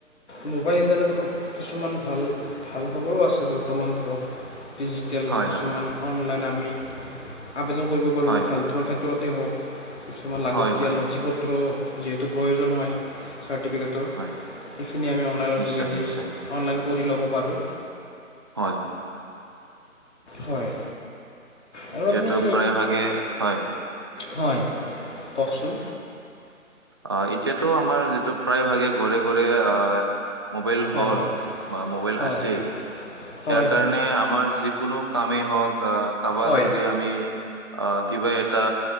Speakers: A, on the left; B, on the right.
A: মোবাইল ইণ্টাৰনেটৰ কিছুমান ভাল ভাল খবৰো আছে বৰ্তমান ধৰ ডিজিটেল
B: হয়
A: কিছুমান
B: হয়
A: অনলাইন আমি আবেদন কৰিব পাৰোঁ
B: হয় হয়
A: হেল্থৰ ক্ষেত্ৰতে হওক কিছুমান লাগতিয়াল
B: হয় হয়
A: নথি পত্ৰ যিহেতু প্ৰয়োজন হয় চাৰ্টিফিকেটৰ
B: হয়
A: এইখিনি আমি অনলাইনৰ
B: নিশ্চয়
A: যোগেদি
B: নিশ্চয়
A: অনলাইন কৰি ল'ব পাৰোঁ
B: হয়
A: হয় আৰু
B: এতিয়াতটো
A: আপুনি
B: প্ৰায় ভাগে হয়
A: হয় কওকচোন
B: অ এতিয়াতো আমাৰ যিটো প্ৰায় ভাগে ঘৰে ঘৰে আহ মোবাইল
A: হয়
B: হল
A: হয়
B: বা মোবাইল
A: হয়
B: আছে ইয়াৰ
A: হয়
B: কাৰণে আমাৰ যি কোনো কামেই হওঁক আহ কাৰোবাক
A: হয়
B: যদি আমি আহ কিবা এটা